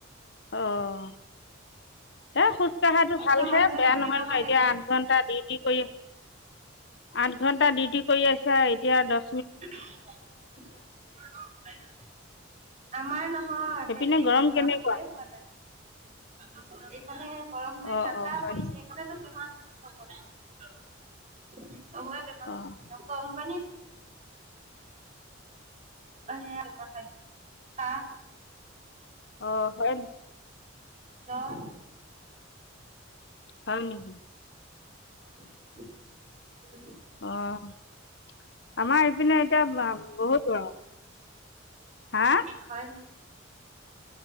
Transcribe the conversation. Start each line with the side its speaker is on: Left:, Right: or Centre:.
Left: অঁ এ খোজ কঢ়াটো
Right: আপোনাৰ
Left: ভালহে
Right: মানুহজনৰ
Left: বেয়া নহয়-নহয়,
Right: বেমাৰ ভাল
Left: এতিয়া
Right: হৈছে
Left: আঠ ঘন্টা ডিউটি কৰি আঠ ঘণ্টা দি। কৰি আছা এতিয়া দ
Right: <unintelligible> আমাৰ নহয়
Left: সেইপিনে
Right: বেলেগ
Left: গৰম
Right: মানুহ
Left: কেনেকুৱা
Right: আমি গৈয়ে পোৱা তাত। অহ ', গৰম নাই
Left: অঁ
Right: ঠাণ্ডা
Left: অঁ হয়
Right: পৰিছে
Left: নেকি
Right: সকাৰণতো বেমাৰ। চ <unintelligible> চবৰে বেমাৰ
Left: অঁ
Right: হৈছে কম্পানী আহে <unintelligible> ম চ ক
Left: অহ ', হয়
Right: জৰ
Left: হয় নেকি?
Right: উম',
Left: অহ ', আমাৰ পিনে এতিয়া বহুত। হা
Right: হয় নেকি?